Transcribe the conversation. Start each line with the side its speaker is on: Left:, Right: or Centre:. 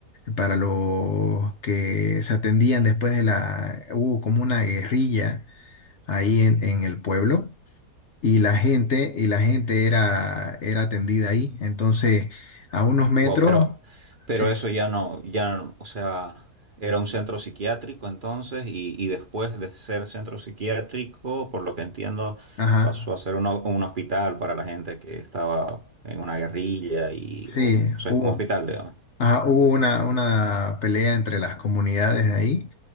Left: para los que se atendían después de la, hubo como una guerrilla ahí en, en el pueblo y la gente, y la gente era, era atendida ahí. Entonces, a unos metros,
Right: Wow, pero, pero
Left: sí,
Right: eso ya no, ya, no- o sea, era un centro psiquiátrico entonces y, y después de ser centro psiquiátrico, por lo que entiendo,
Left: ajá,
Right: pasó a ser una- un hospital para la gente que estaba en una guerrilla y,
Left: sí,
Right: o, no sé,
Left: hubo.
Right: un hospital, digamos.
Left: Ajá, hubo una, una pelea entre las comunidades de ahí